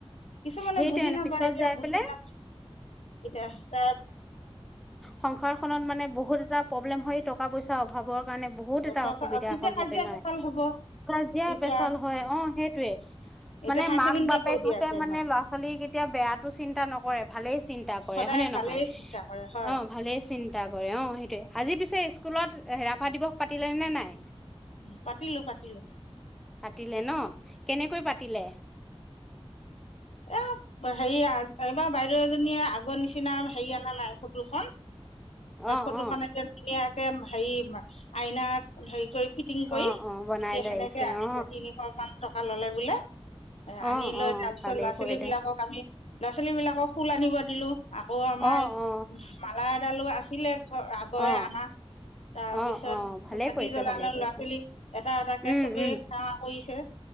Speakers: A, on the left; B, in the centre.
A: কিছুমানে
B: সেইটোৱে
A: বুজি নাপায়
B: পিছত
A: এতিয়া
B: যাই
A: বুজি
B: পেলাই
A: নাপায় এতিয়া তাই
B: সংসাৰ খত মানে বহুত বহুত এটা প্ৰব্লেম টকা পইচা অভাৱৰ কাৰণে বহুত
A: অ
B: এটা
A: টকা
B: অসুবিধাৰ
A: তেতিয়া
B: সন্মুখীন
A: কাজিয়া
B: হয়
A: চেতাল হ'ব
B: কাজিয়া
A: তেতিয়া
B: পেচাল হয় অ সেইটয়ে
A: এতিয়া
B: মানে
A: হায়াৰ
B: মাক
A: ছেকেণ্ডেৰী
B: বাপেক
A: পঢ়ি
B: হতে
A: আছে এইবাৰ
B: মানে ল'ৰা ছোৱালী কেতিয়া বেয়াতটো চিন্তা নকৰে ভালেই চিন্তা কৰে
A: সদায়
B: হয়নে
A: ভালেই
B: নহয়
A: চিন্তা কৰে হয়
B: অ ভালেই চিন্তা কৰে অ আজি পিছে স্ স্কুলত ৰাভা দিৱস পাতিলে নে নাই।
A: পাতিলো পাতিলো।
B: পাতিলে ন। কেনেকৈ পাতিলে।
A: এ হেৰি এইবাৰ বাইদেউ এজনীয়ে আগৰ নিচিনা হেৰি অনা নাই ফটোখন।
B: অ',
A: ফটোখন
B: অ'।
A: এক ধুনীয়া হেৰি, আইনাক হেৰি কৰি ফিটিং
B: অ
A: কৰি
B: অ বনাই
A: এতিয়া
B: লৈ
A: সেনেকে
B: আহিছে
A: আছে
B: অ
A: তিনিশ খন টকা ল'লে বোলে। এ
B: অ
A: আনি লৈ
B: অ
A: তাৰ পিছত
B: ভালেই
A: লৰা ল' ছোৱালী
B: কৰিলে
A: বিলাকক আমি ল' ছোৱালী বিলাককুল <unintelligible> আকৌ আমাৰ
B: অ অ
A: মালা ডালো আহিলে। আগৰে
B: অ
A: আনা তাৰপিছত
B: অ অ ভালে
A: চাকি
B: কৰিছে
A: জ্বলালালে
B: ভালে কৰিছে
A: ল'ৰা ছোৱালী এটা এটাকে
B: উম
A: চবেই
B: উম
A: সেৱা কৰিছে